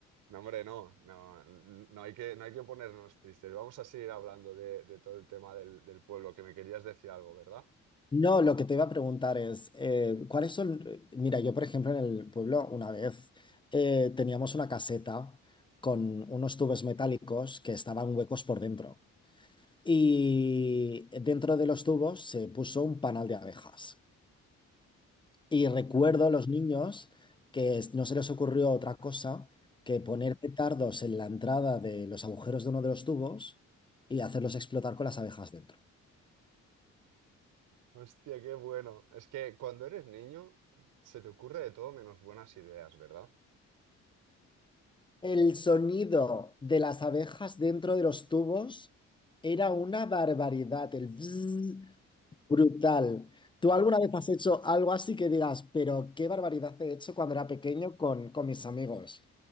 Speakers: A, on the right; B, on the left.
A: No, hombre, no, no, n- no hay que, no hay que ponernos tristes. Vamos a seguir hablando de, de todo el tema del, del pueblo, que me querías decir algo, ¿verdad?
B: No, lo que te iba a preguntar es, eh, ¿cuáles son? Mira, yo por ejemplo en el pueblo una vez eh, teníamos una caseta con unos tubos metálicos que estaban huecos por dentro. Y dentro de los tubos se puso un panal de abejas. Y recuerdo a los niños que es- no se les ocurrió otra cosa que poner petardos en la entrada de los agujeros de uno de los tubos y hacerlos explotar con las abejas dentro.
A: Hostia, qué bueno. Es que cuando eres niño se te ocurre de todo menos buenas ideas, ¿verdad?
B: El sonido de las abejas dentro de los tubos era una barbaridad, el bzzz brutal. ¿Tú alguna vez has hecho algo así que digas, pero qué barbaridad he hecho cuando era pequeño con, con mis amigos?